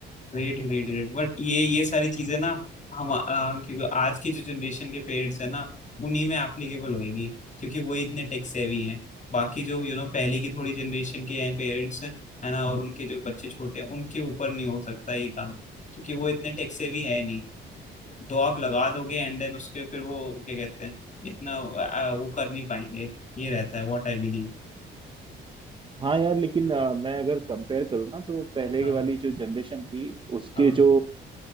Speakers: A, on the left; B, on the right.
A: ग्रेट ग्रेट ग्रेट बट ये ये सारी चीजें ना हम आ, क्योंकि आज की जो जनरेशन के पेरेंट्स है ना उन्हीं में एप्लीकेबल होएगी क्योंकि वही इतने टेक सेवी हैं बाकी जो यू नो पहले की थोड़ी जनरेशन के हैं पेरेंट्स है ना और उनके जो बच्चे छोटे हैं उनके ऊपर नहीं हो सकता ये काम क्योंकि वो इतने टेक सेवी है नहीं तो आप लगा दोगे एंड देन उसके फिर वो क्या कहते हैं इतना आ, वो कर नहीं पाएंगे ये रहता है व्हाट आई बिलीव
B: हाँ यार लेकिन अ, मैं अगर कंपेयर करूँ ना तो पहले
A: हाँ
B: वाली जो जनरेशन थी उसके
A: हाँ
B: जो